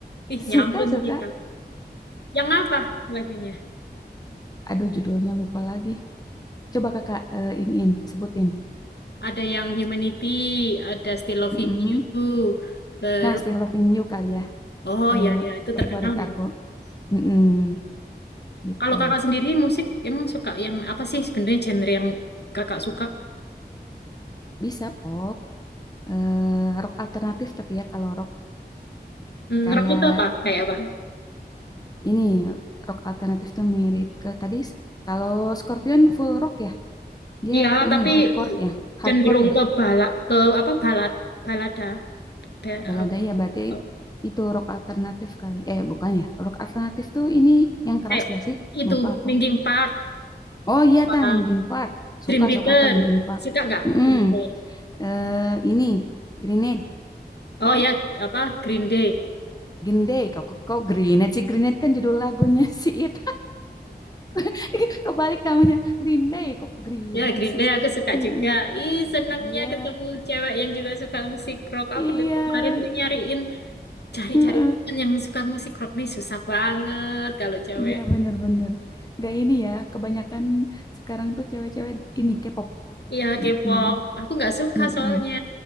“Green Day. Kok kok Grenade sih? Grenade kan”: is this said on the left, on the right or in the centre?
Left